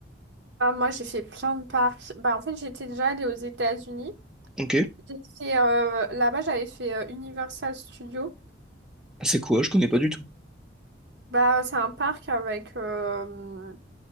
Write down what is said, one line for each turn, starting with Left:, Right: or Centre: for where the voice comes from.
Right: Ah, moi, j'ai fait plein de parcs. Bah, en fait, j'étais déjà allée aux États-Unis.
Centre: Ok.
Right: J'ai fait, euh, là-bas, j'avais fait euh, Universal Studios.
Centre: C'est quoi? Je connais pas du tout.
Right: Bah, c'est un parc avec, euh,